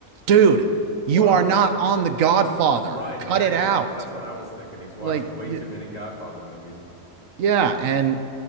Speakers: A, on the right; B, on the left.
A: dude,
B: whoa.
A: you are not on The Godfather.
B: Right,
A: Cut
B: exactly.
A: it out.
B: That's what I was thinking. He's watched
A: Like,
B: way
A: y
B: too many Godfather movies.
A: yeah, and